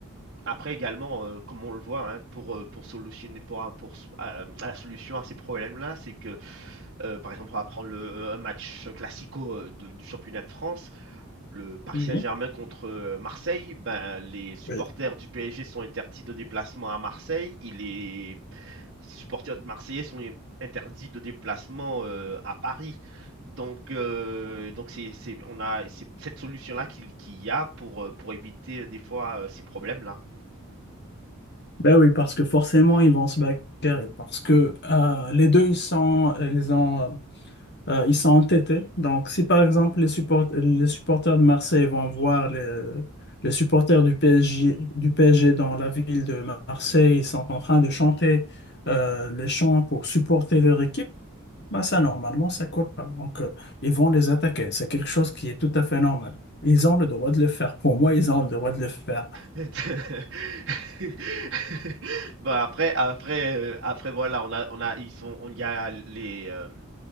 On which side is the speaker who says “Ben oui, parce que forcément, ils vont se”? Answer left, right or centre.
Left